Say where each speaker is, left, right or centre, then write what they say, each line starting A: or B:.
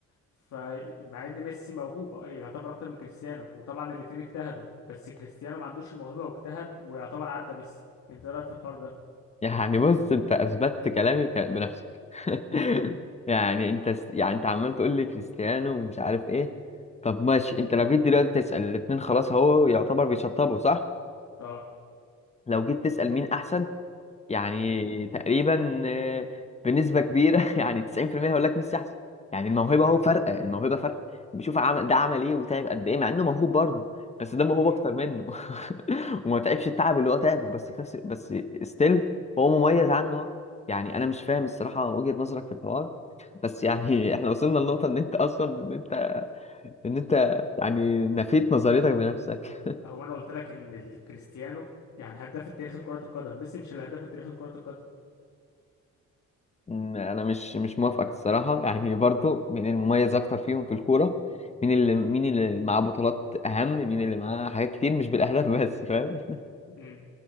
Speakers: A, on the left; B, on the left.
A: فمع ان ميسي موهوب آه، يعتبر اكتر من كريستيانو وطبعا الاتنين اجتهدوا بس كريستيانو ما عندوش الموهبة واجتهد ويعتبر عدى ميسي انت إيه رايك في الحوار ده
B: يعني بص انت اثبتت كلامي بك- بنفسك <laughs> يعني انت س- يعني انت عمال تقول لي كريستيانو ومش عارف ايه طب ماشي انت لو جيت دلوقتي تسأل الاتنين خلاص هو يعتبر بيشطبوا صح
A: اه
B: لو جيت تسأل مين احسن يعني
A: مم.
B: تقريبا آه، بنسبة كبيرة <laughs> يعني 90% هيقول لك ميسي احسن يعني الموهبة
A: مم.
B: هو فرق الموهبة فرق بشوف عمل ده عمل ايه وتعب قد ايه مع انه موهوب برضه بس ده موهوب
A: مم.
B: اكتر منه <laughs> وما تعبش التعب اللي هو تعبه بس في نفس بس ستيل هو مميز عنه يعني انا مش فاهم الصراحة وجهة نظرك في الحوار بس يعني <laughs> احنا وصلنا لنقطة ان انت اصلا ان انت ان انت يعني نفيت نظريتك بنفسك
A: هو انا قلت لك ان الكريستيانو يعني هداف التاريخ لكرة القدم ميسي مش الهداف التاريخي لكرة
B: مم، انا مش مش موافقك الصراحه يعني برضو مين المميز اكتر فيهم في الكوره مين اللي مين اللي معاه بطولات اهم مين اللي معاه حاجات كتير مش بالاهداف <laughs> بس فاهم
A: القدم